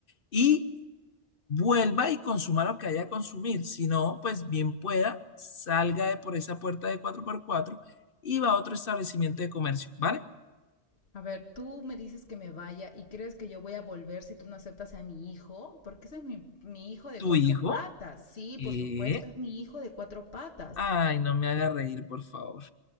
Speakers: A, on the left (about 55°); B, on the left (about 70°).
A: y vuelva y consuma lo que haya que consumir. Si no, pues bien pueda, salga de por esa puerta de cuatro por cuatro y va a otro establecimiento de comercio, ¿vale?
B: A ver, tú me dices que me vaya y crees que yo voy a volver si tú no aceptas a mi hijo, porque ese es mi, mi hijo de
A: Tu
B: cuatro
A: hijo,
B: patas. Sí,
A: eh,
B: por supuesto, es mi hijo de cuatro patas.
A: ay, no me haga reír, por favor.